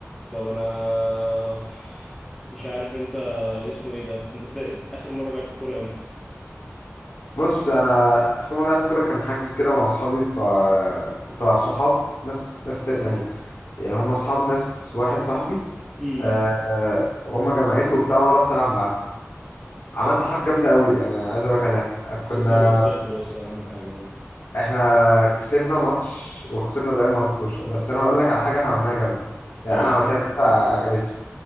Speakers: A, in the centre; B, on the left.
A: طب انا مش عارف انت اسمه ايه ده انت بتا... اخر مرة لعبت كورة امتى
B: بص انا اخر مره لعبت كوره كان حجز كده مع اصحابي بتوع بتوع صحاب ناس ناس تا- يعني يعني هم اصحاب ناس واحد صاحبي
A: امم
B: أه هم جماعته وبتاع وانا رحت العب معاهم عملت حركه جامده قوي انا عايز اقول لك عليها
A: كسبته
B: كنا
A: ولا خسرته بس اهم حاجة يعني
B: احنا كسبنا ماتش وخسرنا باقي ماتش بس انا هقول لك على حاجه احنا عملناها جامده يعني
A: قولي
B: انا عملتها جامده عجبتني